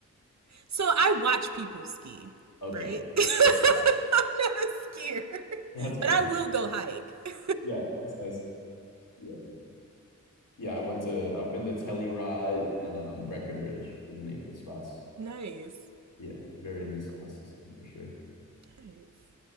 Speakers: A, on the right; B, on the left.
A: <laughs> so I watch people ski,
B: Okay.
A: right? <laughs> I'm
B: That's fair.
A: not a skier,
B: That's fair.
A: but I will go hike. <laughs>
B: Yeah, that's nice. Yeah. Yeah, I went to I've been to Telluride and um Breckenridge were the name of the spots.
A: Nice.
B: Yeah, very
A: Very
B: nice spots
A: cool.
B: to ski for sure.
A: Nice.